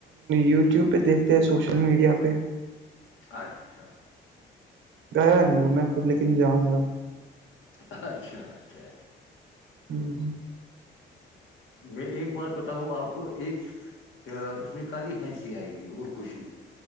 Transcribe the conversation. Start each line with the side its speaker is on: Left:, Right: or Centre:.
Right: یوٹیوب پہ دیکھتے ہیں سوشل میڈیا پہ
Left: اچھا
Right: گیا نہیں ہوں میں خود لیکن جاؤں گا
Left: اچھا اچھا اچھا
Right: ہوں
Left: میں ایک بات بتاؤں آپ کو ایک اس میں کالی ہنسی آئے گی اور کچھ نہیں